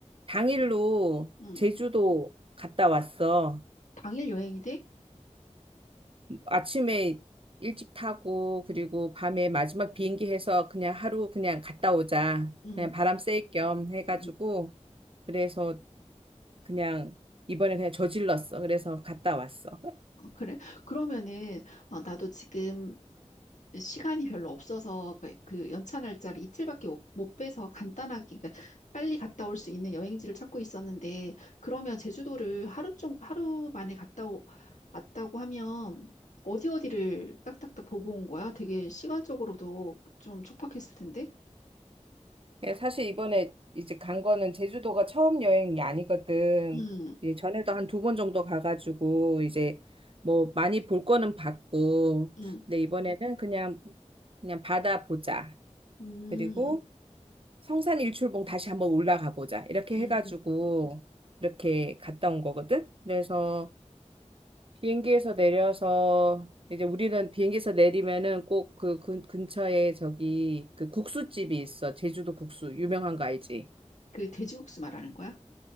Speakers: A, on the right (about 50°); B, on the left (about 80°).
A: 당일로
B: 응.
A: 제주도 갔다 왔어.
B: 당일 여행이 돼?
A: 아침에 일찍 타고 그리고 밤에 마지막 비행기 해서 그냥 하루 그냥 갔다 오자.
B: 응,
A: 그냥 바람 쐴 겸 해가지고
B: 응.
A: 그래서 그냥 이번에 그냥 저질렀어. 그래서 갔다 왔어.
B: 어, 그래. 그러면은, 어, 나도 지금 시간이 별로 없어서 그, 그 연차 날짜를 이틀밖에 못, 못 빼서 간단하게 그러니까 빨리 갔다 올 수 있는 여행지를 찾고 있었는데 그러면 제주도를 하루 종 하루 만에 갔다 오, 왔다고 하면 어디 어디를 딱딱딱 보고 온 거야? 되게 시간적으로도 좀 촉박했을 텐데.
A: 예, 사실 이번에 이제 간 거는 제주도가 처음 여행이 아니거든.
B: 음,
A: 이제 전에도 한 두 번 정도 가가지고 이제 뭐 많이 볼 거는 봤고,
B: 음,
A: 근데 이번에는 그냥 그냥 바다 보자.
B: 음,
A: 그리고 성산 일출봉 다시 한번 올라가 보자. 이렇게
B: 음.
A: 해가지고 이렇게 갔다 온 거거든. 그래서 비행기에서 내려서 이제 우리는 비행기에서 내리면은 꼭 그 근처에 저기 그 국수집이 있어. 제주도 국수 유명한 거 알지?
B: 그 돼지국수 말하는 거야?